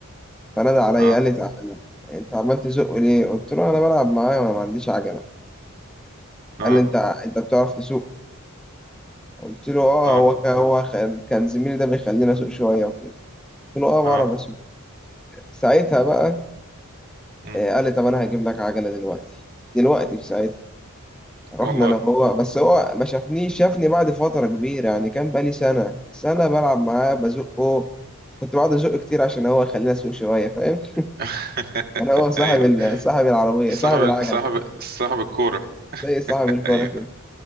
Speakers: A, in the centre; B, on the right.
A: فنادى عليا
B: اه
A: قال لي تعالى انت عمال تزق ليه قلت له انا بلعب معاه وانا ما عنديش عجله
B: اه
A: قال لي انت انت بتعرف تسوق قلت له اه
B: اه
A: هو كان هو كان كان زميلي ده بيخليني اسوق شويه وكده قلت له اه بعرف
B: اه
A: اسوق ساعتها بقى
B: مم.
A: آه قال لي طب انا هجيب لك عجله دلوقتي دلوقتي في ساعتها رحنا
B: والله
A: انا وهو بس هو ما شافنيش شافني بعد فتره كبيره يعني كان بقالي سنه سنه بلعب معاه بزقه كنت بقعد ازقه كتير عشان هو يخليني اسوق شويه فاهم
B: <laughs>
A: <laughs> كان هو صاحب
B: ايوه
A: ال- صاحب العربيه
B: صاحب
A: صاحب العجله
B: صاحب
A: يعني
B: صاحب الكوره
A: زي صاحب
B: <laughs>
A: الكوره
B: ايوه
A: كده